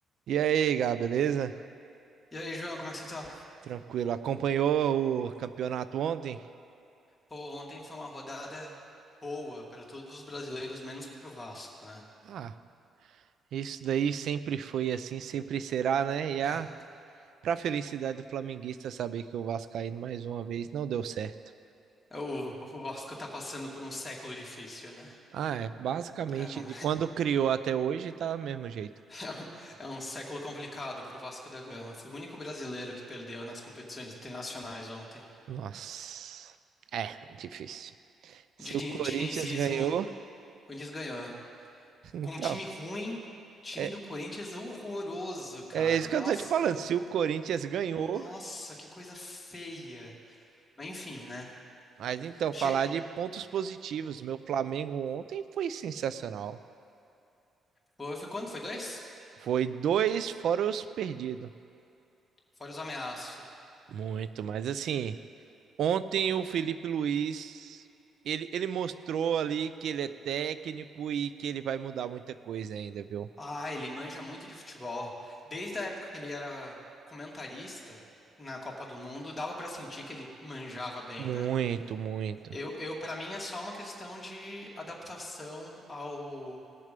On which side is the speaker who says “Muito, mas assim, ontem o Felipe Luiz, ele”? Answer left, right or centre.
Right